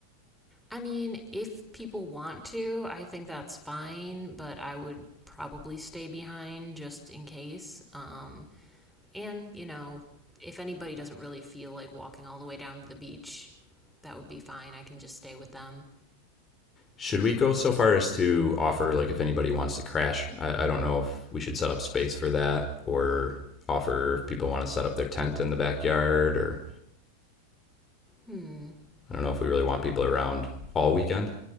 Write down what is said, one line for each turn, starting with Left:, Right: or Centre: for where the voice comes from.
Centre: I mean, if people want to, I think that's fine, but I would probably stay behind just in case. Um, and, you know, if anybody doesn't really feel like walking all the way down to the beach, that would be fine. I can just stay with them.
Left: Should we go so far as to offer, like, if anybody wants to crash? I, I don't know if we should set up space for that or offer if people want to set up their tent in the backyard, or
Centre: Hmm.
Left: I don't know if we really want people around all weekend,